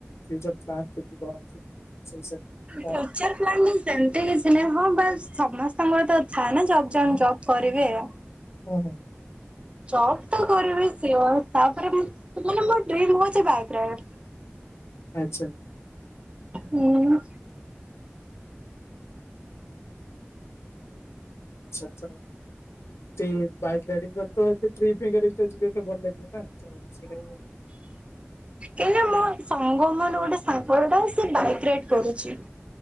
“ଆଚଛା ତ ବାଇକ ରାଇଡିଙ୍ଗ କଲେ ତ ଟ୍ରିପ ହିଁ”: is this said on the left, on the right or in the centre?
Left